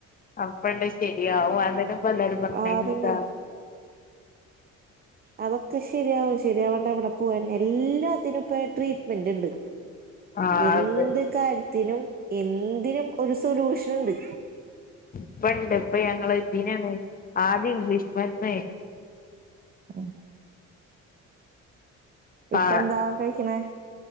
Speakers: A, on the left (about 30°); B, on the right (about 30°).
A: അപ്പണ്ട് ശെരിയാവോ അതെന്നെ ഇപ്പൊ എല്ലരും പറഞ്ഞെ
B: ആഹ്
A: അതിനെന്താ
B: പിന്നെ അതൊക്കെ ശെരിയാവും ശരിയാവേണ്ട എവിടെ പോവാന എല്ലാം എന്തിന് ഇപ്പേ ട്രീറ്റ്മെന്റ് ഇണ്ട്
A: ആ
B: എന്തി
A: അതെ
B: കാര്യത്തിനും എന്തിനും ഒരു സൊല്യൂഷൻ ഇണ്ട്
A: ഇപ്പ ഇണ്ട് ഇപ്പ ഞങ്ങള് ഇന്തിന ആദ്യം ഇംഗ്ലീഷ് മരന്ന്
B: ആഹ്
A: പ്പാ
B: ഇപ്പ എന്താ കഴിക്കണേ